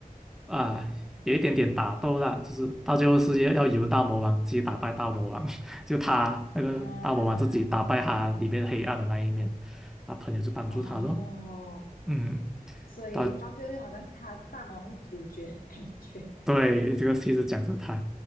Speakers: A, in the centre; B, on the left.
A: 啊，有一点点打斗啦，就是到最后是要要由大魔王自己打败大魔王，<laughs> 就他那个大魔王自己打败他里面黑暗的那一面，
B: 啊，
A: 他朋友就帮助他咯。
B: 哦，
A: 嗯，
B: 所以到最后就好像他大魔王是主角的感觉
A: 到对这个戏是讲着他